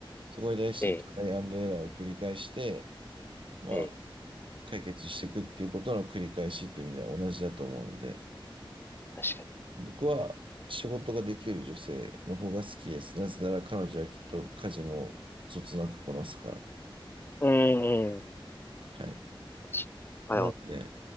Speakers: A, on the right; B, on the left.
A: そこに対してトライアンドエラーを繰り返して、
B: ー、え
A: まあ、
B: ー、え
A: 解決していくっていうことの繰り返しっていう意味では同じだと思うので、
B: ー、確かに。
A: 僕は仕事ができる女性の方が好きです。なぜなら彼女はきっと家事もそつなくこなすから。
B: うーん、
A: はい。
B: 確かに。
A: なので、
B: あ、でも、